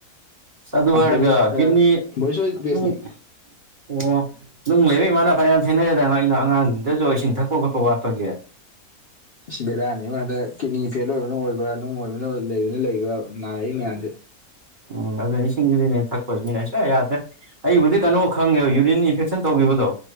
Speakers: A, on the right; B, on the left.
A: ꯑꯗꯨ ꯍꯥꯏꯔꯒ
B: ꯕꯣꯔꯤꯁ
A: ꯀꯤꯠꯅꯤ
B: ꯕꯣꯔꯤꯁ ꯍꯣꯏ ꯕꯦꯁꯅꯤ
A: ꯅꯨꯡ ꯑꯣ ꯅꯨꯡ ꯂꯩꯕ ꯏꯃꯥꯅ ꯐꯅꯌꯥꯝ ꯊꯦꯡꯅꯩꯗꯅ ꯑꯩꯅ ꯑꯉꯥꯡꯁꯤꯡꯗꯁꯨ ꯏꯁꯤꯡ ꯊꯛꯄ ꯈꯣꯠꯄ ꯋꯥꯠꯄꯒꯤ꯫
B: ꯁꯤ ꯕꯦꯔꯥꯅꯤ ꯍꯟꯗꯛ ꯀꯤꯅꯤ ꯐꯦꯜ ꯑꯣꯏꯕꯅ ꯑꯣꯏꯕ꯭ꯔꯥ ꯅꯨꯡ ꯑꯣꯏꯕꯅ ꯂꯩꯕꯅ ꯂꯩꯕ꯭ꯔꯥ ꯅꯥꯔꯛꯏ ꯃꯌꯥꯝꯁꯦ꯫
A: ꯎꯝ ꯑꯗꯨ ꯏꯁꯤꯡꯒꯤꯁꯤꯗꯤꯅꯦ ꯊꯛꯄꯁꯤꯅꯤꯅꯦ ꯁꯨꯛ ꯌꯥꯗ꯭ꯔꯦ ꯑꯩꯕꯨꯗꯤ ꯀꯩꯅꯣ ꯈꯪꯉꯦꯕ ꯌꯨꯔꯤꯟ ꯏꯟꯐꯦꯛꯁꯟ ꯇꯧꯈꯤꯕꯗꯣ